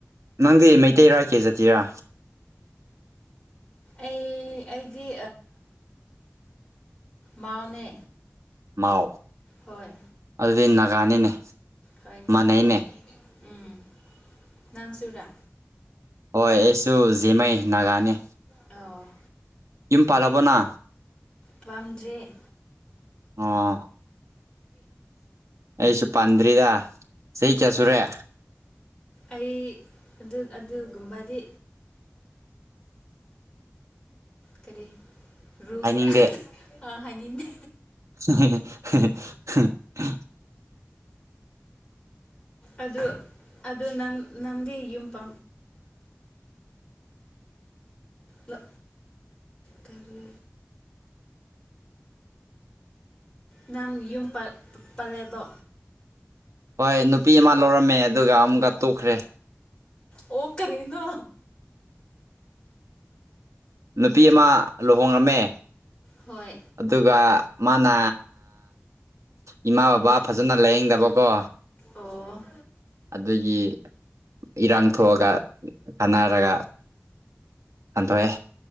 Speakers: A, on the right; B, on the left.
A: ꯅꯪꯗꯤ ꯃꯩꯇꯩ ꯔꯥ ꯀꯦ ꯖꯇꯤꯔꯥ
B: ꯑꯩ ꯑꯩꯗꯤ ꯃꯥꯎꯅꯦ
A: ꯃꯥꯎ
B: ꯍꯣꯏ
A: ꯑꯗꯨꯗꯤ ꯅꯥꯒꯥꯅꯤꯅꯦ
B: ꯍꯣꯏ ꯅꯥꯒꯥꯅꯤ
A: ꯃꯥꯟꯅꯩꯅꯦ
B: ꯎꯝ ꯅꯪ ꯆꯨꯔꯥ
A: ꯍꯣꯏ ꯑꯩꯁꯨ ꯖꯤꯃꯩ ꯅꯥꯒꯥꯅꯤ
B: ꯑꯣ
A: ꯌ ꯄꯥꯜꯕꯅ
B: ꯄꯝꯖꯔꯤ
A: ꯑꯣ ꯑꯩꯁꯨ ꯄꯟꯗꯔꯤꯗ ꯁꯩ ꯆꯁꯨꯨꯔꯦ
B: ꯑꯩ ꯑꯗꯨ ꯑꯗꯨꯒꯨꯝꯕꯗꯤ ꯀꯔꯤ ꯔꯣꯁꯗ
A: ꯍꯥꯏꯅꯤꯡꯗꯦ
B: ꯑꯥ ꯍꯥꯏꯅꯤꯅꯦ
A: <unintelligible>
B: ꯑꯗꯨ ꯑꯗꯨ ꯅ ꯅꯪꯗꯤ ꯌꯨꯝ ꯄ ꯂ ꯀꯔꯤ ꯅꯪ ꯌꯨꯝ ꯄꯜꯂꯦꯕꯣ
A: ꯍꯣꯏ ꯅꯨꯄꯤ ꯑꯃ ꯂꯧꯔꯝꯃꯦ ꯑꯗꯨꯒ ꯑꯃꯨꯛꯀ ꯇꯣꯛꯈ꯭ꯔꯦ
B: ꯑꯣ ꯀꯔꯤꯅꯣ
A: ꯅꯨꯄꯤ ꯑꯃ ꯂꯨꯍꯣꯡꯉꯝꯃꯦ
B: ꯍꯣꯏ
A: ꯑꯗꯨꯒ ꯃꯥꯅ ꯏꯃꯥ ꯕꯕꯥ ꯐꯖꯅ ꯂꯥꯏꯌꯦꯡꯗꯕꯀꯣ
B: ꯑꯣ
A: ꯑꯗꯒꯤ ꯏꯔꯥꯡ ꯊꯣꯛꯑꯒ ꯀꯥꯟꯅꯔꯒ ꯇꯟꯊꯣꯛꯑꯦ